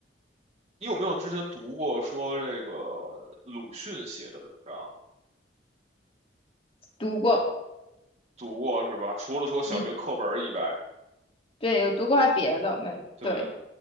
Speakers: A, on the right; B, on the left.
A: 你有没有之前读过说这个鲁迅写的文章？
B: 读过，
A: 读过是吧？除了说小学课本儿以外，
B: 嗯，对，有读过还别的没？
A: 对。
B: 对